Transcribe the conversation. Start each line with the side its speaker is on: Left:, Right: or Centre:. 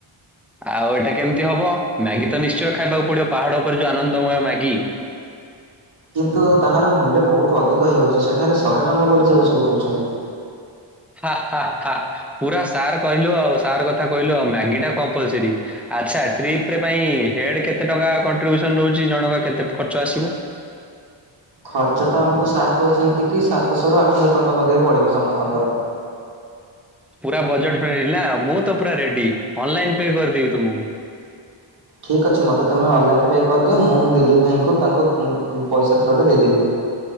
Centre: ଆଉ ଏଇଟା କେମିତି ହବ ମ୍ୟାଗି ତ ନିଶ୍ଚୟ ଖାଇବାକୁ ପଡିବ ପାହାଡ ଉପରେ ଯୋଉ ଆନନ୍ଦମୟ ମ୍ୟାଗି।
Right: କିନ୍ତୁ ତାହାର ମୂଲ୍ୟ ବହୁତ ଅଧିକ ହେଉଛି ସେଠାରେ ଶହେ ଟଙ୍କା ବୋଲି ସେ ସବୁ କହୁଛନ୍ତି।
Centre: ହା ହା ହା ହା ପୁରା ସାର୍ କହିଲୁ ଆଉ ସାର୍ କଥା କହିଲୁ ଆଉ ମ୍ୟାଗି ଟା କମ୍ପଲସରୀ। ଆଚ୍ଛା ଟ୍ରିପରେ ପାଇଁ ହେଡ୍ କେତେ ଟଙ୍କା କଣ୍ଟ୍ରିବ୍ୟୁସନ ରହୁଛି ଜଣଙ୍କ କେତେ ଖର୍ଚ୍ଚ ଆସିବ।
Right: ଖର୍ଚ୍ଚ ତ ଆମକୁ ସାର୍ କହିଛନ୍ତି କି ସାତଶହ ରୁ ଆଠଶହ ଟଙ୍କା ମଧ୍ୟରେ ପଡିବ ସମସ୍ତଙ୍କର।
Centre: ପୁରା ବଜେଟିଲି ମୁଁ ତ ପୁରା ରେଡି ଅନଲାଇନ ପେ କରିଦେବି ତୁମକୁ।
Right: ଠିକ୍ ଅଛି ମୋତେ ତୁମେ ଅନଲାଇନ୍ ପେ କରିଦିଅ ମୁଁ ମୁ ଦିଲିପ ଭାଇଙ୍କୁ ତାଙ୍କୁ ଙ୍କୁ ଙ୍କୁ ପଇସା ଥ୍ରୁ ରେ ଦେଇଦେବି।